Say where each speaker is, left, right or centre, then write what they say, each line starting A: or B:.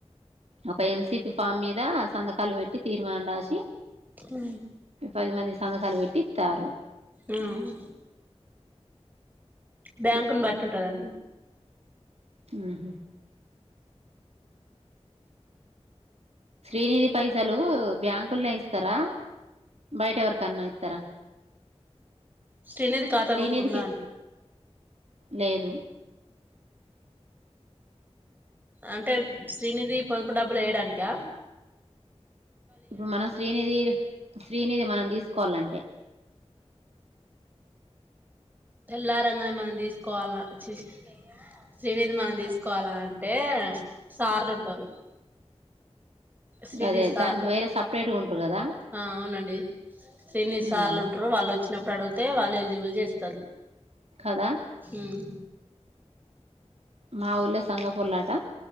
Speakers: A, on the right (about 70°); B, on the right (about 15°).
A: ఒక ఎంసిపి ఫామ్ మీద సంతకాలు పెట్టి తీర్మానం రాసి
B: ఉ
A: పది మంది సంతకాలు పెట్టి ఇతన్రు
B: ఉహూ బ్యాంకున్ బట్ ఉంటది
A: ఉహు శ్రీనిధి పైసలు బ్యాంకుల్నే ఇస్తారా బయట ఎవరికన్నా ఇత్తరా
B: శ్రీనిధి ఖాతా
A: శ్రీనిధికి
B: బుక్ ఉందండి
A: లేదు
B: అంటే శ్రీనిధి పొదుపు డబ్బులు ఎయడానికా
A: ఇప్పుడు మనం శ్రీనిధి శ్రీనిధి మనం తీసుకోవాలంటే
B: తెల్లరంగనే మనం తీసుకోవాల చి శ్రీనిధి మనం తీసుకోవాల అంటే సార్లు ఉంటారు శ్రీని
A: అదే
B: సార్లు
A: దానికి వేరే సపరేట్గా ఉంటారు కదా
B: ఆ అవునండి శ్రీని సార్లు
A: ఉమ్
B: ఉంటారు వాళ్ళు అ వచ్చినప్పుడు అడిగితే వాళ్ళు ఎలిజిబుల్ చేస్తారు
A: కదా
B: ఉమ్
A: మా ఊళ్ళ సంగపూలాట